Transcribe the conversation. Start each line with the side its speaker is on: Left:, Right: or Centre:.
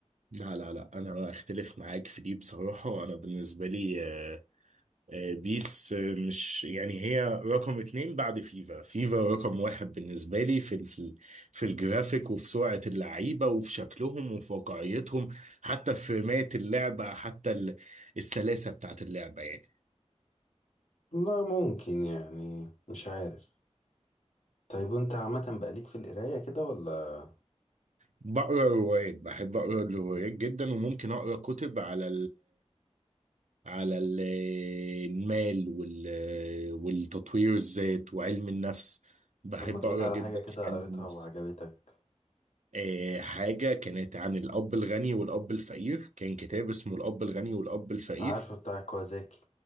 Right: لا لا لا انا اختلف معاك في دي بصراحه انا بالنسبه لي آه، آه، بيس آه، مش يعني هي رقم اتنين بعد فيفا فيفا رقم واحد بالنسبه لي في ال- في في الجرافيك وفي سرعه اللعيبه وفي شكلهم وفي واقعيتهم حتى في فريمات اللعبه حتى ال- السلاسه بتاعت اللعبه يعني
Left: لا ممكن يعني مش عارف طيب وانت عامة بقى ليك في القراية كده ولا
Right: بقرا روايات بحب اقرا الروايات جدا وممكن اقرا كتب على على ال- المال وال- والتطوير الذات وعلم النفس بحب
Left: طب ما تقولي
Right: أقرأ
Left: على
Right: جدا
Left: حاجة كده
Right: في علم
Left: قريتها
Right: النفس
Left: وعجبتك
Right: آه، حاجة كانت عن الأب الغني والأب الفقير كان كتاب اسمه الأب الغني والأب الفقير
Left: عارفه بتاع كوازاكي